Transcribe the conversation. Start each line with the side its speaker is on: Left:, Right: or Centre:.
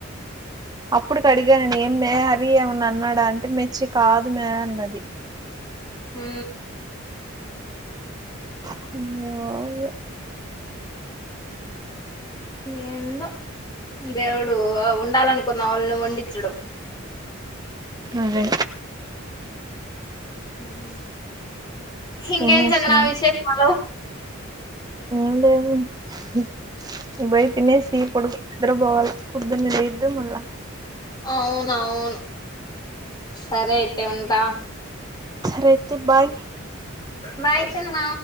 Right: అప్పుడుకి అడిగాను ఏమ్మే హరీ ఏమన్నా అన్నాడా అంటే మెర్చి కాదుమ్మే అన్నది
Left: హ్
Right: అయ్యో అయ్యో
Left: ఏందో దేవుడు వుండాలనుకున్న వాళ్ళని వుండించడు.
Right: అదే
Left: హ్ ఇంకేం
Right: ఏమి
Left: చందనా
Right: అశ్విని
Left: విశేషాలు.
Right: ఏం లేవు ఇక పోయి తినేసి పడుకో నిద్ర పోవాలి పొద్దున్నే లేయద్దు మళ్ల
Left: అవునువును సరే అయితే ఉంటా
Right: రేతే బాయ్
Left: మాయతేను మా